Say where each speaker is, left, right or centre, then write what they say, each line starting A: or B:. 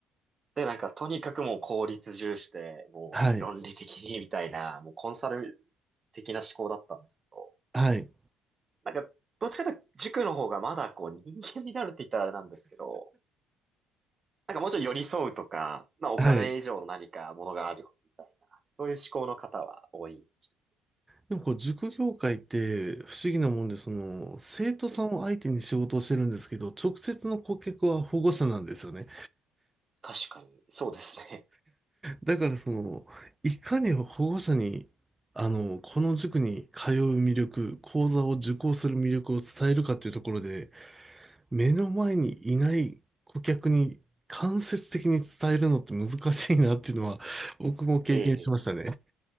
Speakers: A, on the right; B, on the right.
A: で、なんかとにかくもう効率重視で、もう論理的にみたいな、
B: はい。
A: もうコンサル的な思考だったんですけど。
B: はい。
A: なんか、どっちかというと塾の方がまだこう人間味があるって言ったらあれなんですけど、なんかもうちょい寄り添うとか、まあお金以上の何かものがあるよねみたいな、
B: はい。
A: そういう思考の方は多いです
B: でもこう、塾業界って不思議なもんで、その、生徒さんを相手に仕事をしてるんですけど、
A: ね。え
B: 直接の顧客は保護者なんですよね。
A: 確かに、そうですね。
B: だからその、いかに保護者に、あの、この塾に通う魅力、講座を受講する魅力を伝えるかっていうところで、目の前にいない顧客に間接的に伝えるのって難しいなっていうのは、<laughs> 僕も経験しましたね。
A: <laughs> ええ。